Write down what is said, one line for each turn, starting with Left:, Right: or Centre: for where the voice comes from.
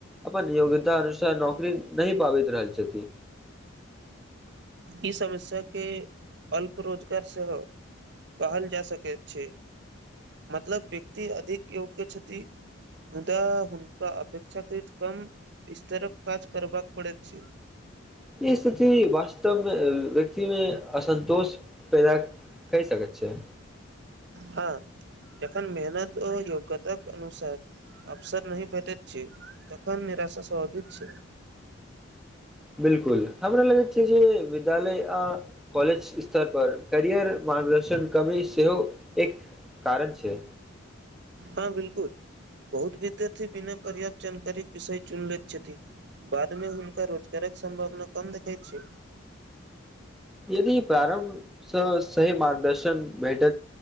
Centre: अपन योग्यता अनुसार नौकरी नहि पाबैत रहल छथि
Right: ई समस्या के अल्प रोजगार स कहल जा सकैत छै मतलब व्यक्ति अधिक योग्य छथ मुदा हुनका अपेक्षा करृत कम स्त्रीक काज करबाक पड़ैत छ
Centre: ई स्थिति वास्तवमे व्यक्तिमे असन्तोष पैद कहि सकैत छिय
Right: हँ एखव मेहनत ओ योग्यतााक अनुसा अवसर नहि भेटैत छै तखन निराशा स्वाभाविक छ
Centre: बिलकुल हमरा लगैत छै जे विद्यालय कॉलेज स्तर पर करियर मार्गदर्शन कमी सेहो एक कारण छ
Right: हँ बिलकुल बहुत विद्यार्थी बिना पर्याप्त जानकारी विषय चुन लै छथि बाद मे हुनका रोजगारक सम्भावना कम देखैत छ
Centre: यदि प्रारम्भसँ सही मार्गदर्शन भेट